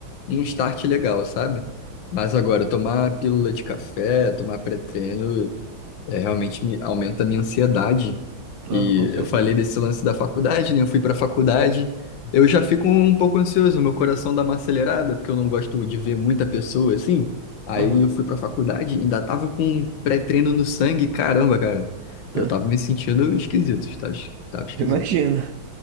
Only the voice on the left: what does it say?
um start legal, sabe? Mas agora, tomar pílula de café, tomar pré-treino, é, realmente me, aumenta a minha ansiedade.
E
eu falei desse lance da faculdade, né? Eu fui para a faculdade, eu já fico um pouco ansioso, meu coração dá uma acelerada, porque eu não gosto de ver muita pessoa assim. Aí
eu fui para a faculdade, ainda tava com pré-treino no sangue, caramba, cara.
Eu tava me sentindo esquisito, tava, tava esquisito.